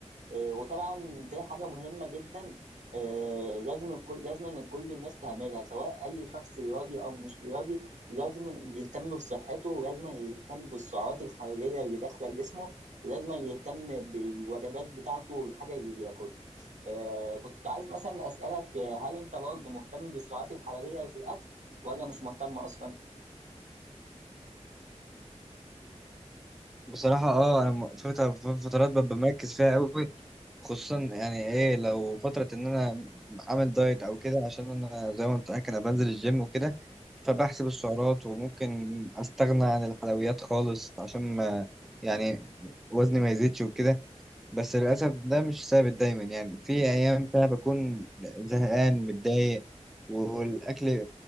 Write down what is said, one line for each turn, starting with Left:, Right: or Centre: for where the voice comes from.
Right: آه، وطبعا دي حاجه مهمه جدا آه، لازم الكل لازم ان كل الناس تعملها سواء اي شخص رياضي او مش رياضي لازم يهتم بصحته ولازم يهتم بالسعرات الحراريه اللي داخله جسمه ولازم يهتم بالوجبات بتاعته والحاجه اللي بياكلها آه، كنت عايز مثلا اسالك آه، هل انت برضه مهتم بالسعرات الحراريه في الاكل ولا مش مهتم اصلا
Centre: بصراحة اه انا م- في فتر- في فترات ببقى مركز فيها قوي خصوصا يعني ايه لو فترة ان انا عامل دايت او كده عشان انا زي ما قلت لك انا بنزل الجيم وكده فبحسب السعرات وممكن استغنى عن الحلويات خالص عشان ما يعني وزني ما يزيدش وكده بس للأسف ده مش ثابت دايما يعني في أيام فيها بكون زهقان متضايق والأكل